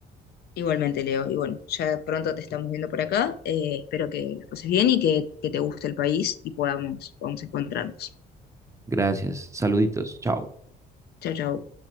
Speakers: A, on the left; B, on the right.
A: Igualmente, Leo. Y bueno, ya pronto te estamos viendo por acá. Eh, espero que la pases bien y que, que te guste el país y podamos, podamos encontrarnos.
B: Gracias. Saluditos. Chao.
A: Chao, chao.